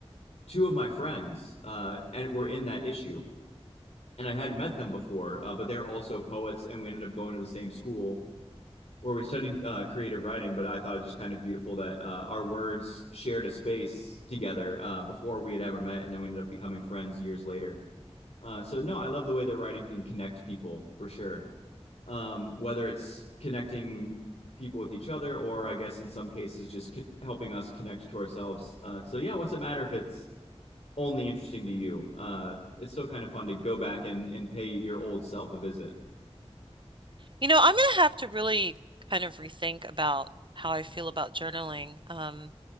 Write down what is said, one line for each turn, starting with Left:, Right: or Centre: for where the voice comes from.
Left: two of my friends uh, and were in that issue, and I hadn't met them before, uh, but they were also poets, and we ended up going to the same school where we studied uh, creative writing. But I thought it was just kind of beautiful that uh, our words shared a space together uh, before we had ever met, and then we ended up becoming friends years later. Uh, so no, I love the way that writing can connect people for sure. Um, whether it's connecting people with each other, or I guess in some cases just co- helping us connect to ourselves. Uh, so yeah, what's it matter if it's only interesting to you? Uh, it's still kind of fun to go back and and pay your old self a visit.
Right: You know, I'm gonna have to really kind of rethink about how I feel about journaling. Um,